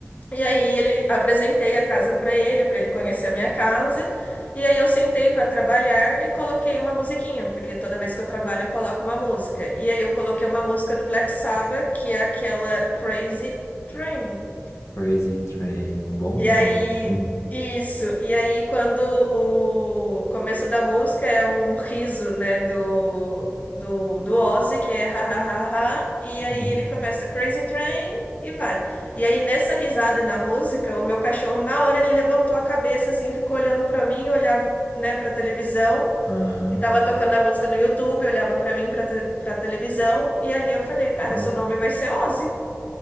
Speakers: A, on the left (about 35°); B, on the left (about 85°).
A: E aí ele apresentei a casa para ele, para ele conhecer a minha casa. E aí eu sentei para trabalhar e coloquei uma musiquinha, porque toda vez que eu trabalho eu coloco uma música. E aí eu coloquei uma música do Black Sabbath, que é aquela Crazy Train.
B: Crazy Train, um bom
A: E
B: nome.
A: aí,
B: Hum.
A: isso. E aí, quando o começo da música é um riso, né, do, do, do Ozzy, que é ha, ha, ha, ha, e aí
B: Uhum.
A: ele começa Crazy Train e vai. E aí, nessa risada e na música, o meu cachorro, na hora, ele levantou a cabeça, assim, ficou olhando pra mim, olhava, né, pra televisão,
B: Aham.
A: que tava tocando a música no YouTube, olhava pra mim, pra, te, pra televisão, e ali eu falei, cara,
B: Um-
A: seu nome vai ser Ozzy.